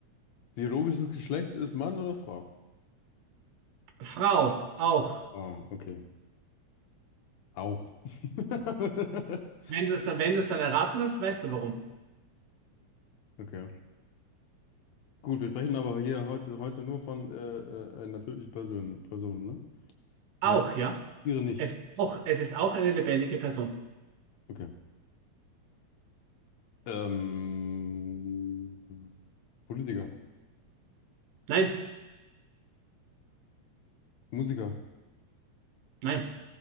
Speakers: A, on the left; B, on the right.
A: Biologisches Geschlecht ist Mann oder Frau?
B: Frau, auch.
A: Oh, okay. Auch. <laughs>
B: Wenn du es dann, wenn du es dann erraten hast, weißt du warum.
A: Okay. Gut, wir sprechen aber hier heute, heute nur von äh, äh, äh, natürlichen Personen, Personen, ne?
B: Auch,
A: Heißt
B: ja.
A: Tiere nicht.
B: Es ist auch, es ist auch eine lebendige Person.
A: Okay. Ähm, Politiker,
B: Nein,
A: Musiker,
B: nein.